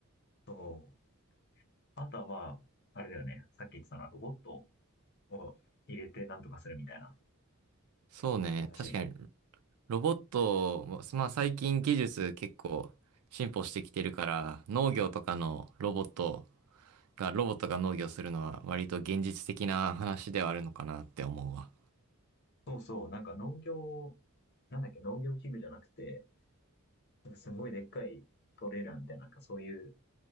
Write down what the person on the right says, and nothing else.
そうね。
確かに、ロボットも、まあ最近技術結構進歩してきてるから、農業とかのロボットが、ロボットが農業するのは割と現実的な話ではあるのかなって思うわ。